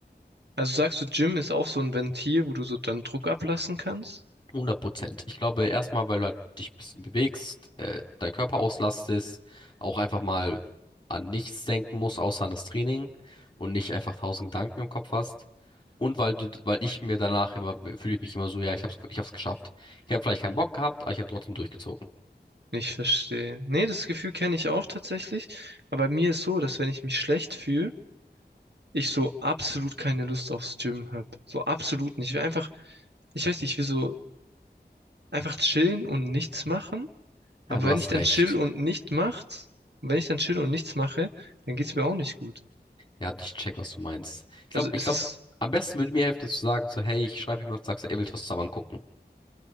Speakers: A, on the right; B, on the left.
A: Also sagst du, Gym ist auch so ein Ventil, wo du so dann Druck ablassen kannst?
B: 100 Prozent. Ich glaube, erstmal, weil du halt dich ein bisschen bewegst, äh, deinen Körper auslastest, auch einfach mal an nichts denken musst, außer an das Training und nicht einfach tausend Gedanken im Kopf hast. Und weil du, weil ich mir danach immer, fühle ich mich immer so, ja, ich hab's, ich hab's geschafft. Ich habe vielleicht keinen Bock gehabt, aber ich habe trotzdem durchgezogen.
A: Ich verstehe. Nee, das Gefühl kenne ich auch tatsächlich. Aber bei mir ist so, dass wenn ich mich schlecht fühle, ich so absolut keine Lust aufs Gym habe. So absolut nicht. Ich will einfach, ich weiß nicht, ich will so einfach chillen und nichts machen. Aber
B: Ja, du
A: wenn
B: hast
A: ich dann
B: recht.
A: chill und nicht macht, wenn ich dann chill und nichts mache, dann geht's mir auch nicht gut.
B: Ja, ich check, was du meinst. Ich glaube,
A: Also
B: ich
A: es
B: glaube,
A: ist,
B: am besten würde mir helfen, zu sagen, so, hey, ich schreibe jemand, sagst du, ey, willst du was zusammen gucken?